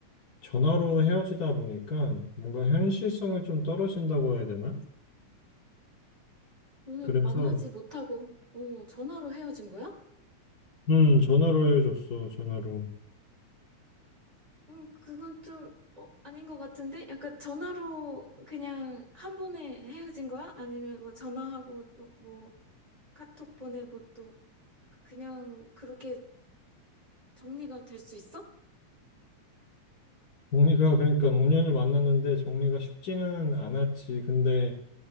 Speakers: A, on the left (about 60°); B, on the right (about 15°).
A: 전화로 헤어지다 보니까 뭔가 현실성이 좀 떨어진다고 해야 되나?
B: 오늘
A: 그래서
B: 만나지 못하고, 어, 전화로 헤어진 거야?
A: 음, 전화로 해줬어, 전화로.
B: 음, 그건 좀 어, 아닌 것 같은데? 약간 전화로 그냥 한 번에 헤어진 거야? 아니면 뭐 전화하고 또 뭐 카톡 보내고 또 그냥 그렇게 정리가 될 수 있어?
A: 정리가, 그러니까 5년을 만났는데 정리가 쉽지는 않았지. 근데,